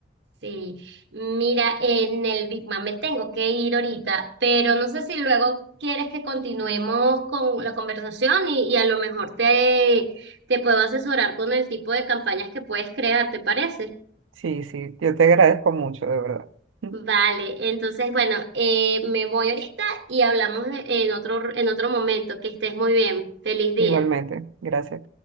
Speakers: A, on the right; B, on the right.
A: Sí, mira, en el Big Mac me tengo que ir ahorita, pero no sé si luego quieres que continuemos con la conversación y, y a lo mejor te, te puedo asesorar con el tipo de campañas que puedes crear, ¿te parece?
B: Sí, sí, yo te agradezco mucho, de verdad. <laughs>
A: Vale, entonces bueno, eh, me voy ahorita y hablamos en otro, en otro momento. Que estés muy bien. Feliz día.
B: Igualmente, gracias.